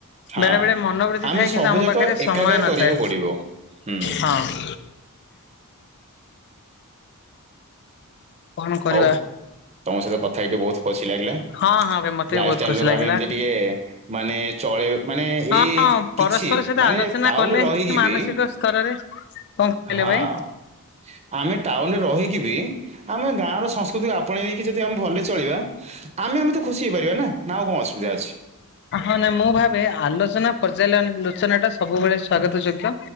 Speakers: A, on the right; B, on the left.
A: ହଁ
B: ବେଳେ ବେଳେ ମନୋବୃତିି
A: ଆମେ
B: ଥାଏ କିନ୍ତୁ
A: ସବୁ
B: ଆମ
A: ଯାକ
B: ପାଖରେ ସମୟ
A: ଏକାକାର
B: ନଥାଏ
A: କରିବାକୁ ପଡିବ ହୁଁ
B: ହଁ। କଣ କରିବା?
A: ହଉ ତମ ସହିତ କଥା ହେଇକି ବହୁତ ଖୁସି ଲାଗିଲା।
B: ହଁ ହଁ ଭାଇ ମତେ
A: ଲାଇଫଷ୍ଟାଇଲଟାକୁ
B: ବି ବହୁତ ଖୁସି ଲାଗିଲା।
A: ଆମେ ଏମତି ଟିକେ ମାନେ ଚଳେଇ ମାନେ
B: ହଁ
A: ଏଇ
B: ପରସ୍ପର
A: କିଛି
B: ସହିତ
A: ମାନେ
B: ଆଲୋଚନା
A: ଟାଉନରେ
B: କଲେ
A: ରହିକି
B: ହିଁ ମାନସିକ
A: ବି
B: ସ୍ତରରେ କହିଲେ
A: ହଁ।
B: ଭାଇ?
A: ଆମେ ଟାଉନରେ ରହିକି ବି ଆମେ ଗାଁର ସଂସ୍କୃତିକୁ ଆପଣେଇ ନେଇକି ଯଦି ଆମେ ଭଲରେ ଚଳିବା। ଆମେ ଆମେ ତ ଖୁସି ହେଇପାରିବା ନା ଆଉ କଣ ଅସୁବିଧା ଅଛି?
B: ହଁ ନାଇଁ ମୁଁ ଭାବେ ଆଲୋଚନା ପର୍ଯ୍ୟାଲୋଚନା ଟା ସବୁବେଳେ ସ୍ଵାଗତ ଯୋଗ୍ୟ।